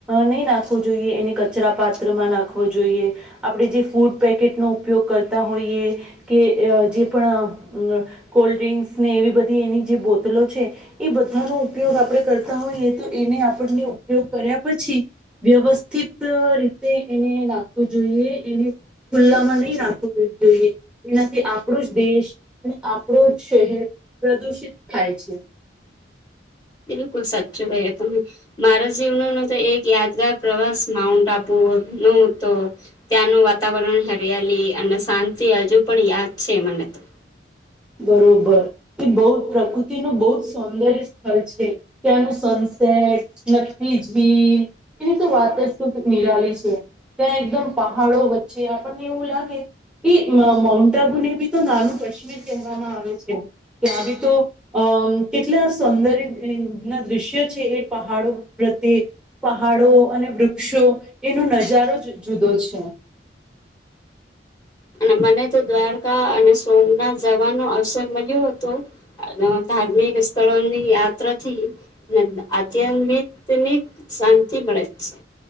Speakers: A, in the centre; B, on the left (about 20°).
A: નહીં નાખવું જોઈએ, એને કચરા પાત્રમાં નાખવો જોઈએ. આપણે જે ફૂડ પેકેટનો ઉપયોગ કરતા હોઈએ. કે જે પણ કોલ્ડ્રિંક્સ ને એવી બધી એની જે બોતલો છે. એ બધાનો ઉપયોગ આપણે કરતા હોઈએ તો એને આપણને ઉપયોગ કર્યા પછી. વ્યવસ્થિત રીતે એને નાખવું જોઈએ, એને ખુલ્લામાં નહી નાખવું જોઈએ એનાથી આપણો જ દેશ અને આપડો જ શહેર પ્રદુષિત થાય છે.
B: બિલકુલ સાચું કહ્યું તમે. મારા જીવનો ન તો એક યાદગાર પ્રવાસ માઉન્ટ આબુ નું તો ત્યાંનું વાતાવરણ, હરિયાલી અને શાંતિ હજુ પણ યાદ છે મને તો.
A: બરોબર એ બહુ પ્રકૃતિનું બહુ જ સૌંદર્ય સ્થલ છે. ત્યાંનું સનસેટ નક્કી જ <inaudible> એની તો વાત શું નિરાલી છે. ત્યાં એકદમ પહાડો વચ્ચે આપણને એવું લાગે એ માઉ માઉન્ટ આબુને બી તો નાનું કશ્મીર કહેવામાં આવે છે. ત્યાં બી તો અમ કેટલા સૌંદર્યના દ્રશ્ય છે એ પહાડો પ્રત્યે. પહાડો અને વૃક્ષો એનો નજારો જ જુદો છે.
B: અને મને તો દ્વારકા અને સોમનાથ જવાનો અવસર મળ્યો હતો. આવા ધાર્મિક સ્થળોની યાત્રાથી આધ્યાત્મિકમની શાંતિ મળે જ છે.